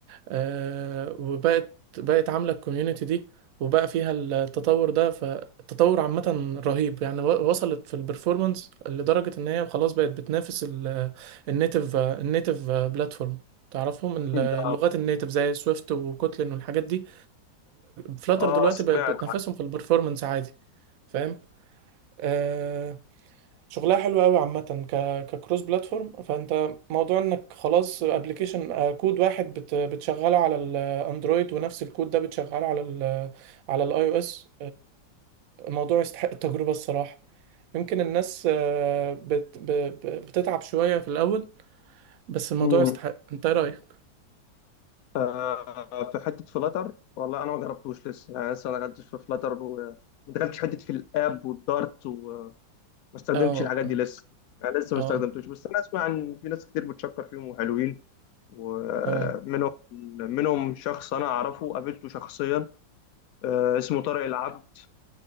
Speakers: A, on the right; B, on the left.
A: آه، وبقت بقت عاملة الكوميونتي دي وبقى فيها التطور ده فالتطور عامة رهيب يعني و- وصلت في البرفورمانس لدرجة ان هي خلاص بقت بتنافس النيتف النيتف بلاتفورم تعرفهم ال-
B: ده
A: اللغات النيتف زي سويفت وكوتلين والحاجات دي فلاتر
B: اه
A: دلوقتي
B: سمعت
A: بقت بتنافسهم في البرفورمانس عادي فاهم آه، شغلها حلو قوي عامة ك ككروس بلاتفورم فانت موضوع انك خلاص ابلكيشن كود واحد بت بتشغله على الاندرويد ونفس الكود ده بتشغله على ال آه، على الاي او اس الموضوع يستحق التجربة الصراحة يمكن الناس آه، بت ب- ب- بتتعب شوية في الاول بس الموضوع
B: عنه
A: يستحق انت إيه رأيك
B: آه، في حته فلاتر والله انا ما جربتوش لسه يعني لسه ما دخلتش في فلاتر وما دخلتش حته في الاب والدارت وما استخدمتش
A: اه
B: الحاجات
A: اه
B: دي لسه يعني لسه ما
A: اه
B: استخدمتوش بس انا اسمع ان في ناس كتير بتشكر فيهم وحلوين ومنهم
A: اه
B: منهم شخص انا اعرفه قابلته شخصيا آه، اسمه طارق العبد